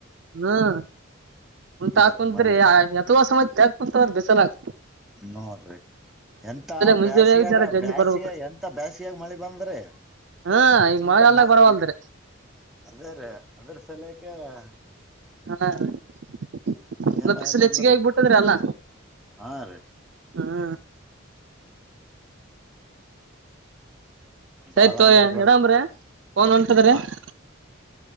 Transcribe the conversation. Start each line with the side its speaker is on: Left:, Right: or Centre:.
Right: ಹ್ಮ್ ಉಂಟ
Centre: ಇದರ್ದು
Right: ಹಾಕುದ್ರಿ
Centre: ಮಳಿದು
Right: <unintelligible> ಯಥವಾ ಸಮಯಾ ಕುಂತವ್ರ ಬಿಸಲಾಕ್ತ
Centre: ನೋಡ್ರಿ ಎಂತ
Right: ಮುಂಜಾನೆ
Centre: ಬ್ಯಾಸಿಯಾಗ
Right: ಜರ ಜಲ್ದಿ
Centre: ಬ್ಯಾಸಿಯ
Right: ಬರ್ಬೇಕ್ರಿ
Centre: ಎಂತ ಬ್ಯಾಸಿಯಾಗ ಮಳಿ ಬಂದ್ರಿ
Right: ಹಾ ಈಗ
Centre: ಎಂತ
Right: ಮಳೆಗಾಲದಾಗ
Centre: ಅದೇ
Right: ಬರವಲ್ದ್ರಿ
Centre: <unintelligible> ಅದ ಸಲೆಕ್ಕೆ <unintelligible>
Right: ಹಾ <unintelligible>
Centre: ಏನಾಗ್ಯದಂದ್ರ
Right: ಬಿಸಲು ಹೆಚ್ಚಿಗೆ ಆಗ್ಬಿಟ್ಟದ್ರ ಅಲ್ಲ.
Centre: ಹಾ ರೀ
Right: ಹಾ <unintelligible> ಸರಿ
Centre: ಬಾಳ
Right: ತೋ
Centre: ಅಂದ್ರ
Right: <unintelligible>
Centre: ಬಾ ಹಾ